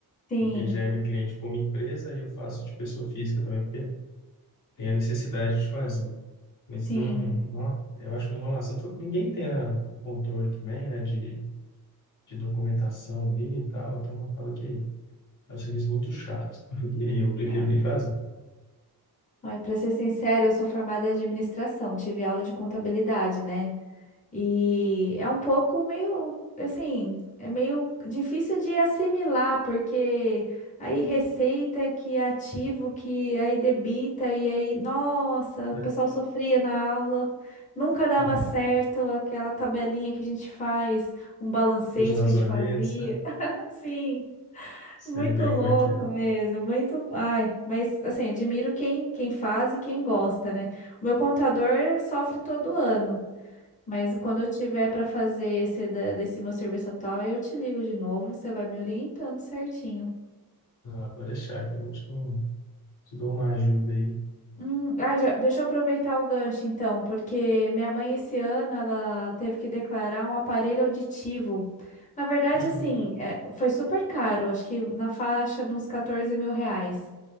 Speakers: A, on the left; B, on the left.
A: Sim,
B: Porque já é minha cliente como empresa e eu faço de pessoa física também, porque tem a necessidade de fazer. Mas
A: sim.
B: não, não eu acho uma enrolação. Todo- Ninguém tem a- o controle também, né, de, de documentação ali e tal, então acaba que é um serviço muito chato. <laughs> E aí eu prefiro
A: É.
B: nem fazer,
A: Olha, para ser sincero, eu sou formada em administração, tive aula de contabilidade, né? E é um pouco meio, assim, é meio difícil de assimilar, porque aí receita que é ativo, que aí debita, e aí, nossa,
B: né?
A: o pessoal sofria na aula, nunca dava
B: É,
A: certo aquela tabelinha que a gente faz, um balancete
B: os razonetes,
A: que a gente fazia.
B: né?
A: <laughs> Assim,
B: Sei
A: muito
B: bem
A: louco
B: como é que é.
A: mesmo, muito. Ai, mas assim, admiro quem, quem faz e quem gosta, né? O meu contador sofre todo ano. Mas quando eu tiver para fazer esse da- desse meu serviço atual, eu te ligo de novo, você vai me orientando certinho.
B: Ah, pode deixar que eu te dou, te dou uma ajuda aí.
A: Hum, ah, já- deixa eu aproveitar o gancho então, porque minha mãe esse ano ela teve que declarar um aparelho auditivo. Na verdade,
B: Uhum.
A: assim, é, foi super caro, acho que na faixa de uns 14 mil reais.